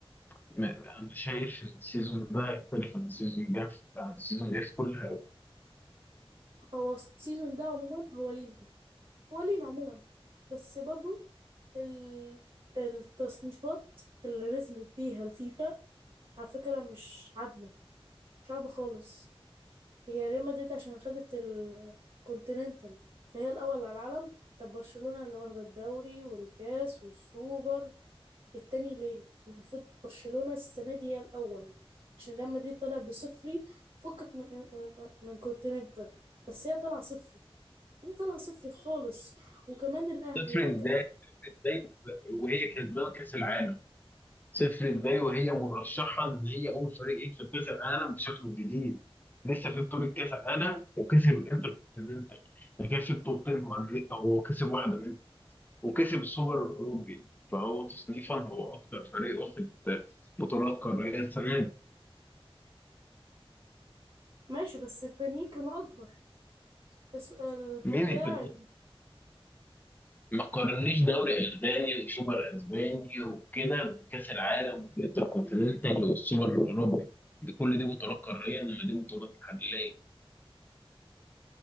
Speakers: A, on the left; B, on the right.
A: ما- انا شايف ان السيزون ده يختلف عن السيزون اللي جه عن السيزون اللي جه في كل حاجه
B: هو السيزون ده عموما هو لينا هو لينا عموما بس برضو ال- التصنيفات اللي نزلت بيها الفيفا على فكره مش عادله مش عادله خالص هي ريال مدريد عشان خدت الكونتيننتال فهي الأول على العالم طب برشلونة اللي واخدة الدوري والكاس والسوبر التاني ليه؟ المفروض برشلونة السنة دي هي الأول عشان ريال مدريد طلع بصفري فكك من من, من كونتيننتال بس هي طالعة صفري هي طالعة صفري خالص وكمان الأهلي
A: تفرق
B: ما
A: ازاي
B: كان
A: ازاي وهي كسبانه كاس العالم صفر ازاي وهي مرشحه ان هي اول فريق يكسب كاس العالم بشكله الجديد لسه في بطوله كاس العالم وكسب الانتركونتيننتال كسب بطولتين مع امريكا وهو كسب واحده منهم وكسب السوبر الاوروبي فهو تصنيفا هو اكثر فريق واخد بطولات قاريه السنه دي
B: ماشي بس التانيين كانوا أكبر بس البتاع
A: مين التاني؟ ما قارنيش دوري اسباني وسوبر اسباني وكده بكاس العالم والانتركونتيننتال والسوبر الاوروبي دي كل دي بطولات قاريه انما دي بطولات محليه